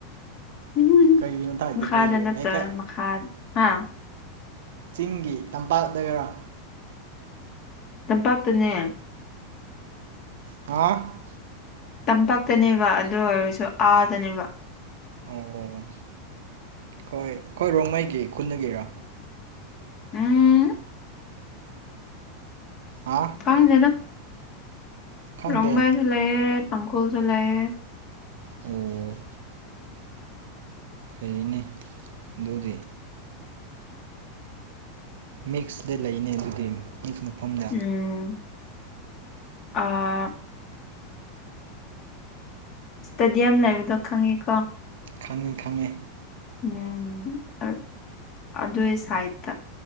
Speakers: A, on the left (about 30°); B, on the right (about 80°).
A: <unintelligible>
B: ꯀꯩꯒꯤ ꯃꯊꯛꯇ
A: ꯃꯈꯥꯗ
B: ꯀꯩꯒꯤ
A: ꯅꯠꯇ
B: ꯂꯩꯀꯥꯏ
A: ꯃꯈꯥ ꯍꯥ
B: ꯆꯤꯡꯒꯤ ꯇꯝꯄꯥꯛ ꯗꯒꯔ
A: ꯇꯄꯥꯞꯇꯅꯦ
B: ꯍꯥꯥ
A: ꯇꯝꯄꯥꯛꯛꯇꯅꯦꯕ ꯑꯗꯨ ꯑꯣꯏꯔꯁꯨ ꯑꯥꯗꯅꯦꯕ
B: ꯑꯣ ꯑꯣ ꯍꯣꯏ ꯑꯩꯣꯏ ꯔꯣꯡꯉꯩꯒꯤ ꯈꯨꯟꯗꯒꯤꯔꯥ
A: ꯎꯝ
B: ꯍꯥ
A: ꯀꯃ ꯆꯗ
B: ꯈꯪꯗꯦ
A: ꯔꯪꯕꯥꯏ ꯆꯂꯌꯦꯦ ꯇꯪꯈꯜ ꯆꯂꯌꯦꯦ
B: ꯑꯣ ꯐꯩꯌꯦꯅꯦ ꯑꯗꯨꯗꯤ ꯃꯤꯛꯁꯗ ꯂꯩꯅꯦ ꯃꯤꯛꯁ ꯃꯐꯝꯗ
A: ꯎꯝ ꯑ ꯏꯁꯇꯦꯗꯤꯌꯝ ꯂꯩꯕꯗꯣ ꯈꯪꯉꯤꯀꯣ
B: ꯈꯪꯉꯤ ꯈꯪꯉꯦ
A: ꯎꯝ ꯑ ꯑꯗꯨꯏ ꯁꯥꯏꯠꯇ